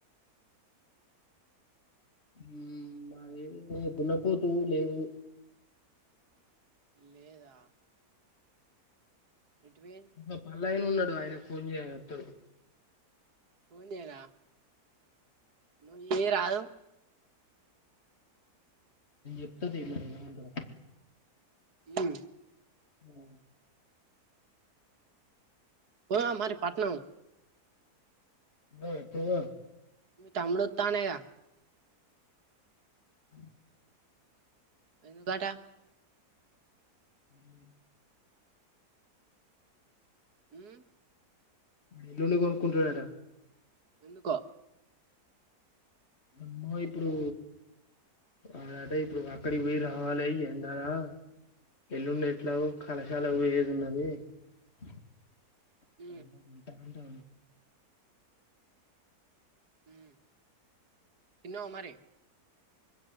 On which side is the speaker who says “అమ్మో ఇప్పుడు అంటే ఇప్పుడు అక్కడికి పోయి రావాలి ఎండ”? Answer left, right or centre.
Left